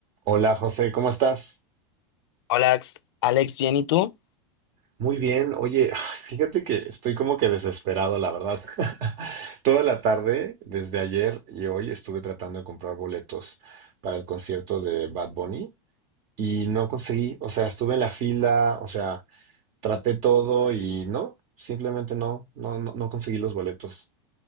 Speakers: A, on the right; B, on the left.
A: Hola José, ¿cómo estás?
B: Hola, Ax- Alex, ¿bien y tú?
A: Muy bien. Oye, <sighs> fíjate que estoy como que desesperado, la verdad. <laughs> Toda la tarde, desde ayer y hoy, estuve tratando de comprar boletos para el concierto de Bad Bunny y no conseguí. O sea, estuve en la fila, o sea, traté todo y no, simplemente no, no, no, no conseguí los boletos.